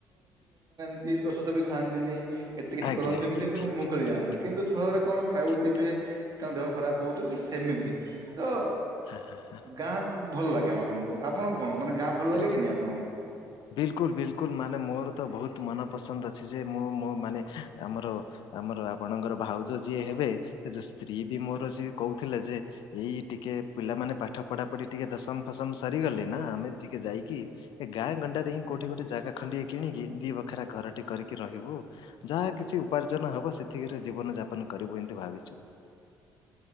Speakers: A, on the right; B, on the left.
A: କି ଔଷଧ ବି ଖାଆନ୍ତିନି ଏତେ କିଛି
B: ଆଜ୍ଞା
A: କରନ୍ତିନି
B: ଆଜ୍ଞା
A: କିନ୍ତୁ
B: ଠିକ୍
A: ମୁକୁଳି
B: ଠିକ୍ ଠିକ୍
A: ଯାଆନ୍ତି।
B: ଠିକ୍
A: କିନ୍ତୁ ସହରରେ କଣ ଖାଉଥିବେ
B: ଠିକ୍ ଠିକ୍
A: ତାଙ୍କ ଦେହ ଖରାପ ହଉଥିବ ସେମିତି ତ
B: ହଁ ହଁ ହଁ।
A: ଗାଁ ଭଲ ଲାଗେ ଆ ମମ ମଙ୍କୁ ଆପଣ କଣ ମାନେ ଗାଁ ଭଲ
B: ବିଲ୍
A: ଲାଗେ କି ନାଇଁ ଆପଣଙ୍କୁ।
B: ବିଲକୁଲ ବିଲକୁଲ ମାନେ ମୋର ତ ବହୁତ ମନପସନ୍ଦ ଅଛି ଯେ ମୁଁ ମୋ ମାନେ ଆମର ଆମର ରାବଣଙ୍କର ଭାଉଜ ଯିଏ ହେବେ ସ୍ତ୍ରୀ ବି ମୋର ସି କହୁଥିଲେ ଯେ ଏଇ ଟିକେ ପିଲାମାନେ ପାଠ ପଢା ପଢି ଟିକେ ଦଶମ ଫସମ ମୁଁ ସରିଗଲେ ନା ଆମେ ଟିକେ ଯାଇକି ଏ ଗାଁ ଗଣ୍ଡାରେ ହିଁ କୋଉଠି ଗୋଟେ ଜାଗା ଖଣ୍ଡିଏ କିଣିକି ଦି ବଖରା ଘରଟି କରିକି ରହିବୁ। ଯାହା କିଛି ଉପାର୍ଜନ ହେବ ସେତିକରେ ଜୀବନଯାପନ କରିବୁ ଏମିତି ଭାବିଛୁ।